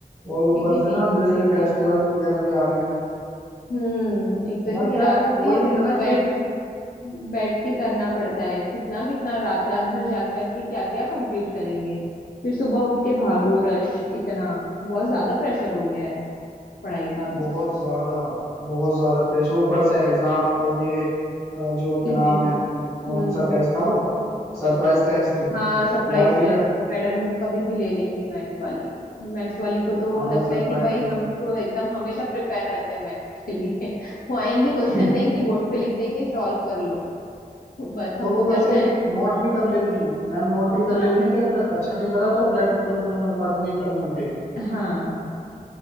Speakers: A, on the left (about 20°); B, on the left (about 70°).
A: और ऊपर
B: क्योंकि
A: से
B: नहीं
A: ना
B: हो
A: जैसे
B: पाएगा
A: फेस्टिवल
B: इतना हम
A: वगैरह भी आ रहे हैं
B: हम्म एक तो इतनी
A: बाकी यार
B: रात होती
A: कॉलेज
B: है फिर
A: में
B: भी
A: ना
B: बैठ
A: ये
B: बैठ के करना पड़ता है कितना कितना रात रात भर जाग जाग के क्या क्या कंप्लीट करेंगे फिर सुबह उठ के भागो रश इतना बहुत ज्यादा प्रेशर हो गया है पढ़ाई का भी
A: बहुत ज्यादा बहुत ज्यादा प्रेशर ऊपर से एग्जाम और ये अ, जो क्या
B: इवेंट
A: नाम है कौन
B: हम्म
A: सा टेस्ट था वो Surprise test
B: हाँ सरप्राइज
A: यार
B: टेस्ट
A: ये
B: वो मैडम कभी भी ले लेंगी मैथ्स वाली मैथ्स वाली को तो
A: हमें
B: लगता
A: सरप्राइज
B: है कि भाई
A: करने
B: हम तो एकदम हमेशा प्रिपेयर रहते हैं मैथ्स के लिए <laughs> वो आएंगी क्वेश्चन
A: हैं।
B: देंगी
A: <laughs>
B: बोर्ड पे लिख देंगे सॉल्व कर लो बस हमको
A: और ऊपर
B: करना
A: से
B: है
A: नोट भी कर लेती हैं मैम नोट भी कर
B: हाँ
A: लेती हैं कि अगर अच्छा नहीं करा तो प्रैक्टिकल में नंबर काटूंगी इंटरनल के
B: हाँ